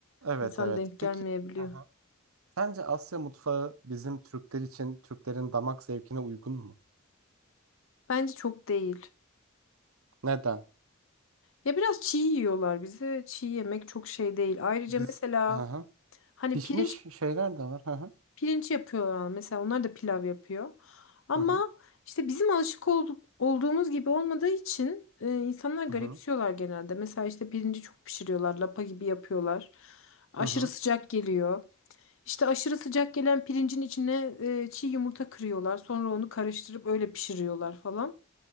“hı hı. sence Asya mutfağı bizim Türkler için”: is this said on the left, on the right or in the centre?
Right